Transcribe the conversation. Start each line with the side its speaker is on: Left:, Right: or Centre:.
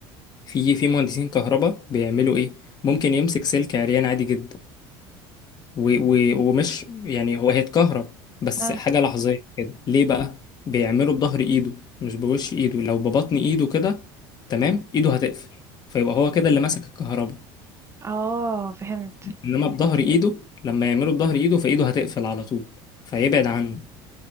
Left: في في مهندسين كهرباء بيعملوا ايه ممكن يمسك سلك عريان عادي جدا و و ومش يعني هو هيتكهرب بس
Right: اه
Left: حاجة لحظية كده ليه بقى بيعمله بظهر ايده مش بوش ايده لو ببطن ايده كده تمام ايده هتقفل فيبقى هو كده اللي ماسك الكهرباء
Right: اه فهمت
Left: انما بظهر ايده لما يعمله بظهر ايده فايده هتقفل على طول فيبعد عنه